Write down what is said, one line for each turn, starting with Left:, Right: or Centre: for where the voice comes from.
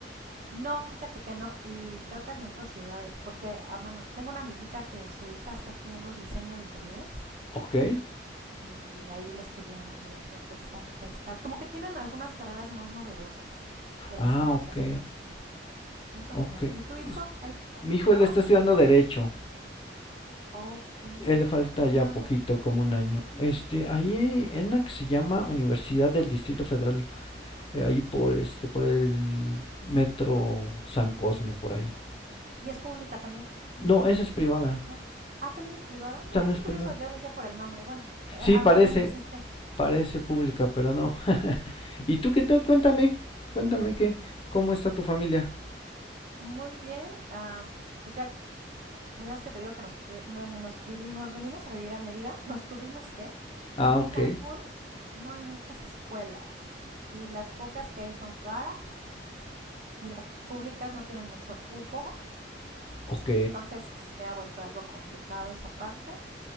Right: no, fíjate que no, y creo que en otras ciudades, porque, ah, bueno, tengo una amiguita que su hija está estudiando diseño de interiores
Left: ok.
Right: y ahí la estudió en la Universidad Gestalt, Gestalt. Como que tienen algunas carreras más novedosas que
Left: Ah,
Right: las típicas
Left: ok.
Right: de otras escuelas. Eso
Left: Ok.
Right: me llama. ¿Y tu hijo?
Left: Es-
Right: ¿Él estudió?
Left: Mi hijo él está estudiando
Right: O...
Left: derecho.
Right: Ok.
Left: Él le falta ya
Right: ¿Y dónde?
Left: poquito, como un año. Este, ahí en una que se llama Universidad del Distrito Federal. eh, ahí por este, por el metro San Cosme, por ahí.
Right: Y es pública también,
Left: No, esa es privada.
Right: ¿no? Ah, también es privada. Mira
Left: También
Right: qué
Left: es
Right: curioso,
Left: privada.
Right: yo decía por el nombre, bueno, eh,
Left: Sí,
Right: aunque
Left: parece,
Right: ya ni existe.
Left: parece pública, pero no. <laughs> ¿Y tú qué tal? Cuéntame, cuéntame qué, cómo está tu familia.
Right: Muy bien, ah, pues ya Pues ya es que te digo que nos, tuvi- bueno, nos, vivimos, nos venimos a vivir a Mérida, nos tuvimos que,
Left: Ah,
Right: porque
Left: ok,
Right: en Cancún no hay muchas escuelas y las pocas que hay son caras y las públicas no tienen mucho cupo,
Left: ok,
Right: entonces se ha vuelto algo complicado esa parte